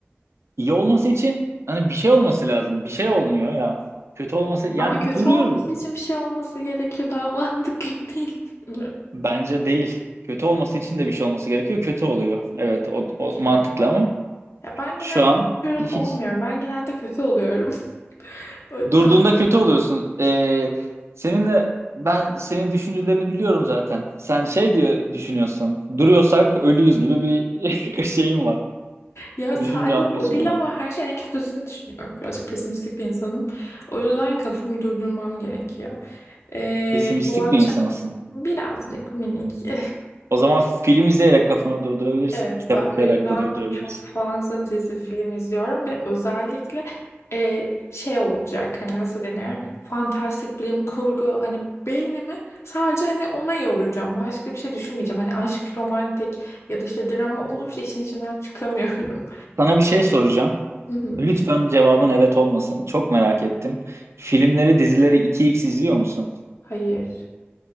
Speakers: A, on the right (about 85°); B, on the left (about 90°).
A: iyi olması için hani bir şey olması lazım. Bir şey olmuyor ya. Kötü olması yani
B: Ama kötü
A: duruyorum.
B: olması için bir şey olması gerekiyor. Daha mantıklı <laughs> değil mi?
A: Bence değil. Kötü olması için de bir şey olması gerekiyor. Kötü oluyor. Evet o, o
B: Okey.
A: mantıklı ama
B: Ya ben genelde
A: şu an
B: natural
A: hiç
B: olmuyorum. Ben genelde kötü oluyorum. <laughs> O yüzden-
A: durduğunda kötü oluyorsun. Ee, seninle ben senin düşüncelerini biliyorum zaten. Sen şey diyor düşünüyorsun. Duruyorsak ölüyüz gibi bir <laughs> şeyim var.
B: Ya sadece
A: Düşünce anlayışım
B: o değil
A: var.
B: ama her şeyin en kötüsünü düşünüyorum. Birazcık pesimistik bir insanım. O yüzden kafamı durdurmam gerekiyor. Ee,
A: Pesimistik
B: bu akşam
A: bir insansın.
B: birazcık minik. <laughs>
A: O zaman film izleyerek kafanı durdurabilirsin.
B: Evet,
A: Kitap
B: ben
A: okuyarak
B: o yüzden
A: da durdurabilirsin.
B: çok fazla dizi film izliyorum ve özellikle e, şey olacak hani nasıl denir fantastik bilim kurgu hani beynimi sadece hani ona yoracağım başka bir şey düşünmeyeceğim hani aşk romantik ya da işte drama olursa işin içinden çıkamıyorum.
A: Sana bir şey soracağım.
B: <laughs> Hı hı.
A: Lütfen cevabın evet olmasın. Çok merak ettim. Filmleri, dizileri 2x izliyor musun?
B: Hayır